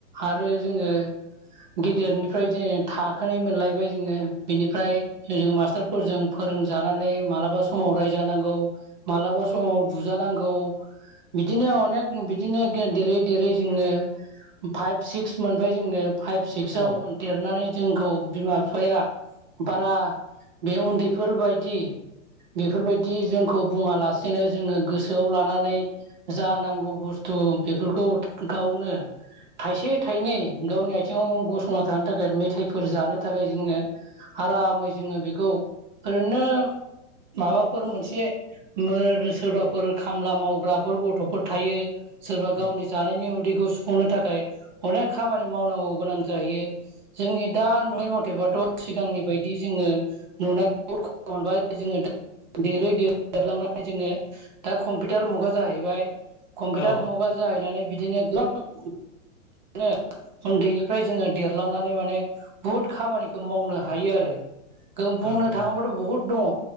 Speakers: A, on the right; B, on the left.
A: आरो जोङो गेदेरनिफ्राय ज थाखोनै मोनलायबाय जोङो बिनिफ्राय जो मास्टारफोरजों फोर फोरोंजानानै मालाबा समाव रायजानांगौ मालाबा समाव बुजानांगौ बिदिनो अनेक बिदिनो देरै देरै जोङो फाइभ सिक्स मोनबाय जोंनो फाइभ सिक्सव
B: औ
A: देरनानै जोंखौ बिमा बिफाया बारा बे उन्दैफोरबायदि बेफोरबायदि जोंखौ बुङालासेनो जोङो गोसो गोसोआव लानानै जा नांगौ बुस्थु बेफोरखौ गावनो थाइसे थाइनै गावनि आथिङाव गसंना थानो थाखाय मेथाइफोर जानो थाखाय जोङो आरामै जोङो बेखौ ओरैनो माबाफोर मोनसे एसे सोरबाफोर
B: औ
A: खामला मावग्राफोर गथ'फोर थायो सोरबा गावनि
B: औ
A: जानायनि उदैखौ सुफुंनो थाखाय अनेक खामानि मावनांगौ गोनां जाहैयो जोंनि दा नै अथेबाथ सिगांनि बायदि जोङो नुनाय बहुद खस्ट मोनबाय जोङो देरै देरै देरलांनानै जोङो दा कम्पिउटार मुगा जाहैबाय कम्पिउटार
B: औ
A: मुगा जाहैनानै बिदिनो गोबां ए उन्दैनिफ्राय जोङो देरलांनानै माने बुहुद खामानिखौ मावनो हायो आरो बुंनो
B: औ
A: थाङोबाथ
B: औ
A: बहुत दङ